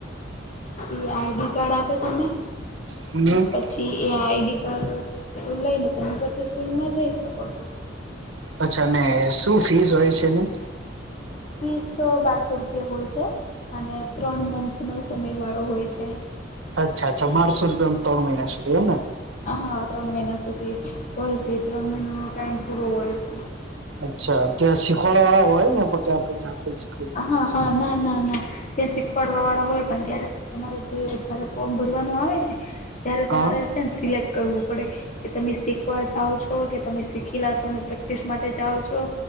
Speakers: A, on the left (about 40°); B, on the right (about 85°).
A: ઈ આઈ ડી કાર્ડ આપે તમને?
B: <unintelligible>
A: પછી એ આઈ ડી કાર્ડ લઈને તમે પછી સ્કૂલમાં જઈ શકો છો.
B: અચ્છા અને શું ફીસ હોય છે એની?
A: ફીસ તો બારસો રૂપિયા હોય છે, અને ત્રણ મંથનો સમયગાળો હોય છે.
B: અચ્છા અચ્છા બારસો રૂપિયામાં તણ મહિના સુધી એમ ન
A: હ હા ત્રણ મહિના સુધી હોય છે ત્રણ મહિનોનો ટાઈમ પૂરો હોય છે.
B: અચ્છા ત્યાં શીખવાડવાવાળા હોય ન પછી આપણે જાતે જ શીખવી
A: હા હા ના ના ના ત્યાં શીખવાડવા વાળા હોય પણ ત્યારે તમારે જે જયારે ફોર્મ ભરવાનું આવે ને ત્યારે
B: હા
A: તમારે ત્યાં ને સિલેક્ટ કરવું પડે કે તમે શીખવા જાઓ છો કે તમે શીખેલા છો અને પ્રેક્ટિસ માટે જાઓ છો